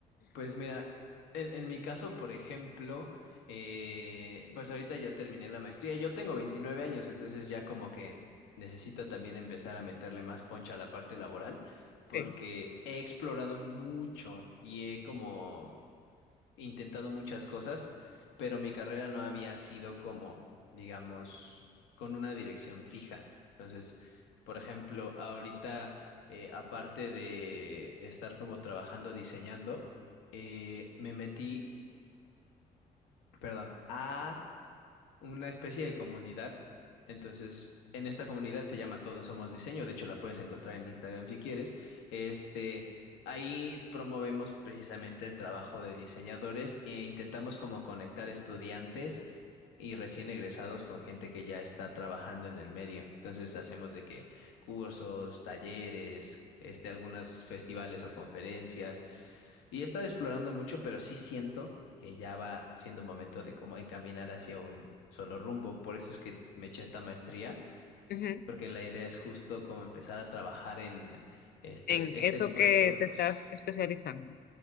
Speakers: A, on the left (about 75°); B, on the left (about 50°).
A: Pues mira, en, en mi caso, por ejemplo, eh, pues ahorita ya terminé la maestría. Yo tengo 29 años, entonces ya como que necesito también empezar a meterle más poncha a la parte laboral,
B: Sí.
A: porque he explorado mucho y he como intentado muchas cosas, pero mi carrera no había sido como, digamos, con una dirección fija. Entonces, por ejemplo, ahorita, eh, aparte de estar como trabajando diseñando, eh, me metí, perdón, a una especie de comunidad. Entonces, en esta comunidad se llama Todos Somos Diseño. De hecho, la puedes encontrar en Instagram si quieres. Este, ahí promovemos precisamente el trabajo de diseñadores e intentamos como conectar estudiantes y recién egresados con gente que ya está trabajando en el medio. Entonces, hacemos de que cursos, talleres, este, algunos festivales o conferencias. Y he estado explorando mucho, pero sí siento que ya va siendo momento de cómo encaminar hacia un solo rumbo. Por eso es que me eché esta maestría,
B: Ujú.
A: porque la idea es justo como empezar a trabajar en este,
B: en
A: este
B: eso
A: tipo
B: que
A: de productos.
B: te estás especializando.